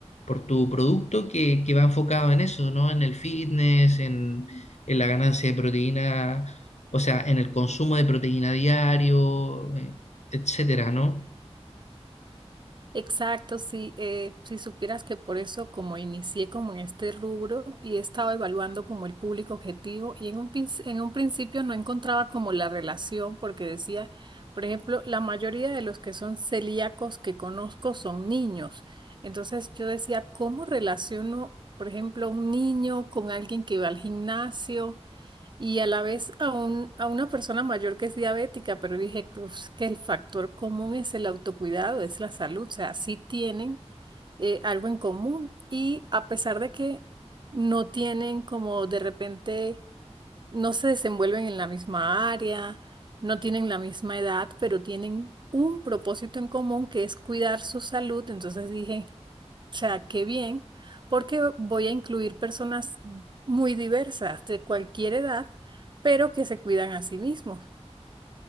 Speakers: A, on the left; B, on the right.
A: por tu producto que, que va enfocado en eso, ¿no? En el fitness, en, en la ganancia de proteína, o sea, en el consumo de proteína diario, eh, etcétera, ¿no?
B: Exacto, sí, eh, si supieras que por eso como inicié como en este rubro y he estado evaluando como el público objetivo y en un, pinc- en un principio no encontraba como la relación porque decía, por ejemplo, la mayoría de los que son celíacos que conozco son niños. Entonces yo decía, ¿cómo relaciono, por ejemplo, un niño con alguien que va al gimnasio? y a la vez a, un, a una persona mayor que es diabética, pero dije "Uf, que el factor común es el autocuidado, es la salud, o sea, sí tienen eh, algo en común y a pesar de que no tienen como de repente, no se desenvuelven en la misma área, no tienen la misma edad, pero tienen un propósito en común que es cuidar su salud, entonces dije... O sea, qué bien, porque voy a incluir personas muy diversas, de cualquier edad, pero que se cuidan a sí mismos.